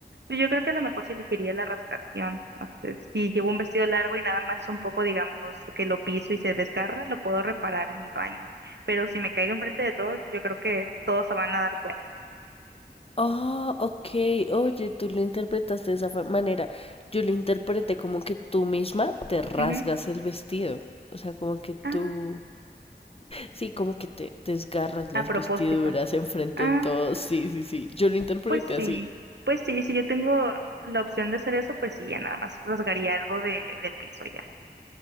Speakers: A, on the right; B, on the left.
A: Pues yo creo que a lo mejor se elegiría la rasgación. O sea, si llevo un vestido largo y nada más es un poco, digamos, que lo piso y se desgarra, lo puedo reparar en el baño. Pero si me caigo enfrente de todos, yo creo que todos se van a dar cuenta.
B: Ah, ok, oye, tú lo interpretaste de esa fa- manera. Yo lo interpreté como que tú misma te rasgas
A: Ujú.
B: el vestido. O sea, como que tú...
A: Ah,
B: Sí, como que te desgarras
A: a
B: las
A: propósito.
B: vestiduras enfrente
A: Ah,
B: de todos. Sí, sí, sí. Yo lo interpreté
A: pues sí.
B: así.
A: Pues sí, si yo tengo la opción de hacer eso, pues sí, ya nada más rasgaría algo de, del piso ya.